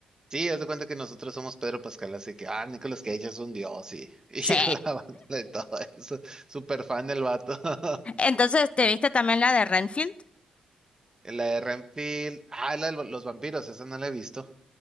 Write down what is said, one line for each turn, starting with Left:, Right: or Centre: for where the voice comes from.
Right: Sí, haz de cuenta que nosotros somos Pedro Pascal, así que, ah, Nicolas Cage es un dios, y, <laughs> y
Left: Sí.
Right: alaban de todo eso. Súper fan del vato. <laughs>
Left: Entonces, ¿te viste también la de Renfield?
Right: La de Renfield, ah, la de los vampiros, esa no la he visto.